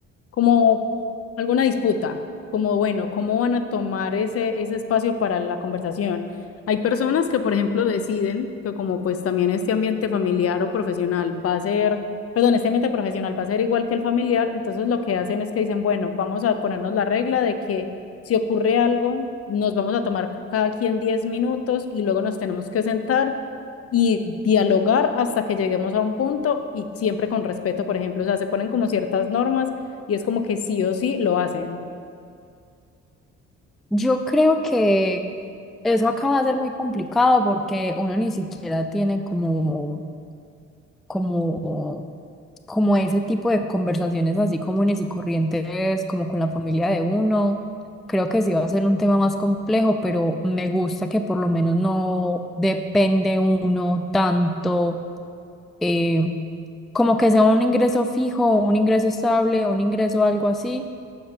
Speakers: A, on the left (about 50°); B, in the centre.
A: como alguna disputa, como bueno, ¿cómo van a tomar ese, ese espacio para la conversación? Hay personas que, por ejemplo, deciden que como pues también este ambiente familiar o profesional va a ser, perdón, este ambiente profesional va a ser igual que el familiar, entonces lo que hacen es que dicen, bueno, vamos a ponernos la regla de que si ocurre algo, nos vamos a tomar cada quien 10 minutos y luego nos tenemos que sentar y dialogar hasta que lleguemos a un punto y siempre con respeto, por ejemplo, o sea, se ponen como ciertas normas y es como que sí o sí lo hacen.
B: Yo creo que Eso acaba de ser muy complicado porque uno ni siquiera tiene como, como, como ese tipo de conversaciones así comunes y corrientes, como con la familia de uno. Creo que sí va a ser un tema más complejo, pero me gusta que por lo menos no depende uno tanto, eh, como que sea un ingreso fijo, un ingreso estable, un ingreso algo así